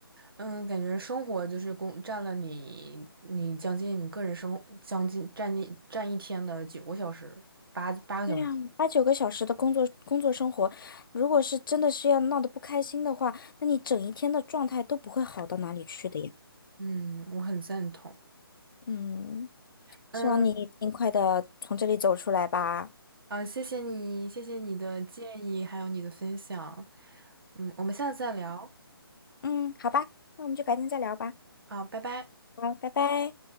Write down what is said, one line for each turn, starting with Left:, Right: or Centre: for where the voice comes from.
Right: 嗯，感觉生活就是工占了你，你将近你个人生活将近占一占一天的九个小时，八八个小时。
Left: 对呀，八九个小时的工作工作生活，如果是真的是要闹得不开心的话，那你整一天的状态都不会好到哪里去的呀。
Right: 嗯，我很赞同。
Left: 嗯，
Right: 嗯，
Left: 希望你尽快的从这里走出来吧。
Right: 啊，谢谢你，谢谢你的建议，还有你的分享。嗯，我们下次再聊。
Left: 嗯，好吧，那我们就改天再聊吧。
Right: 啊，拜拜。
Left: 好，拜拜。